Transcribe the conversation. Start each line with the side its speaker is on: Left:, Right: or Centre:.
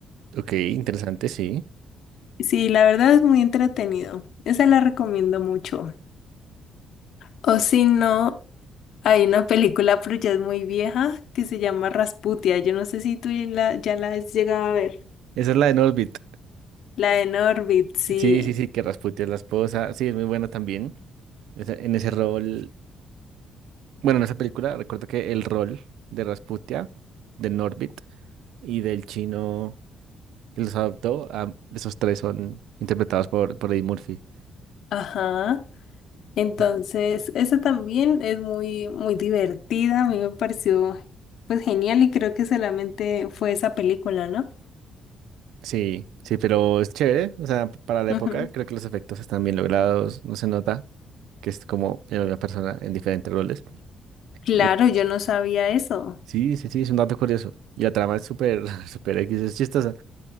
Right: Ok, interesante, sí.
Left: Sí, la verdad es muy entretenido. Esa la recomiendo mucho. O si no... Hay una película, pero ya es muy vieja, que se llama Rasputia. Yo no sé si tú ya la, ya la has llegado a ver.
Right: Esa es la de Norbit.
Left: La de Norbit, sí.
Right: Sí, sí, sí, que Rasputin es la esposa. Sí, es muy buena también. Esa- En ese rol, bueno, en esa película, recuerdo que el rol de Rasputia, de Norbit y del chino que los adoptó, ah, esos tres son interpretados por, por Eddie Murphy.
Left: Ajá. Entonces,
Right: Yep.
Left: esa también es muy, muy divertida. A mí me pareció, pues, genial y creo que solamente fue esa película, ¿no?
Right: Sí, sí, pero es chévere. O sea, para la
Left: Ujú.
Right: época, creo que los efectos están bien logrados. No se nota que es como la misma persona en diferentes roles.
Left: Claro,
Right: Y
Left: yo no sabía eso.
Right: sí, sí, sí, es un dato curioso. Y la trama es súper, <laughs> súper X, es chistosa.